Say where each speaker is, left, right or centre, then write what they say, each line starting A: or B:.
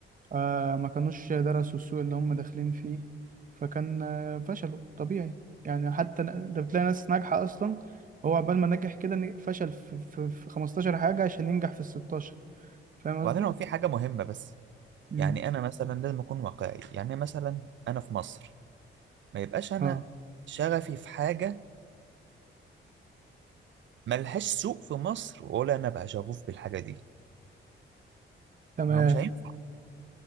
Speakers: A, on the right; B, on the right.
A: آه ما كانوش درسوا السوق اللي هم داخلين فيه فكان آه فشلوا طبيعي يعني حتى ن- ده بتلاقي ناس ناجحة أصلا هو عقبال ما نجح كده ن- فشل في, في, في 15 حاجة عشان ينجح في ال 16 فاهم
B: وبعدين
A: قصدي؟
B: هو في حاجه مهمه بس
A: مم.
B: يعني انا مثلا لازم اكون واقعي يعني مثلا انا في مصر ما يبقاش انا
A: اه
B: شغفي في حاجه ملهاش سوق في مصر ولا انا بقى شغوف بالحاجه دي
A: تمام
B: ما هو مش هينفع